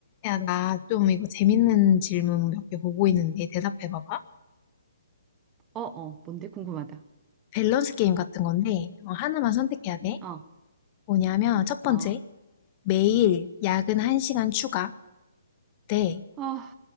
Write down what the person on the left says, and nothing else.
야, 나 좀 이거 재밌는 질문 몇 개 보고 있는데 대답해 봐봐.
밸런스 게임 같은 건데 어, 하나만 선택해야 돼.
뭐냐면 첫 번째,
매일 야근 1시간 추가 대